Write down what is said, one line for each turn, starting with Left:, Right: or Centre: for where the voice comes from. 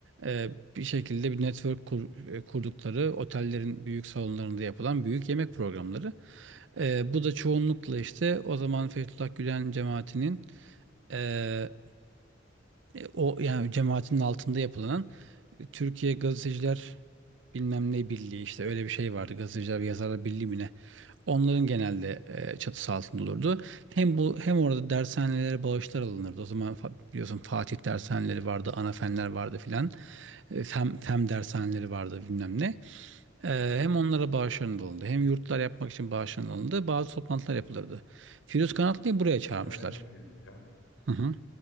Right: e, bir şekilde bir network kur- e, kurdukları otellerin büyük salonlarında yapılan büyük yemek programları. E, bu da çoğunlukla işte o zaman Fethullah Gülen cemaatinin e, e, O yani cemaatinin altında yapılan e, Türkiye Gazeteciler bilmem ne birliği işte öyle bir şey vardı. Gazeteciler ve Yazarlar Birliği mi ne? Onların genelde e, çatısı altında olurdu. Hem bu hem orada dershanelere bağışlar alınırdı. O zaman fa- biliyorsun Fatih dershaneleri vardı, Anafenler vardı filan. E, Fen, fen dershaneleri vardı bilmem ne. E, hem onlara bağışlar alındı. Hem yurtlar yapmak için bağışlar alındı. Bazı toplantılar yapılırdı. Firuz Kanatlı'yı buraya çağırmışlar.
Left: Bir araya gireceğim.
Right: Hı hı,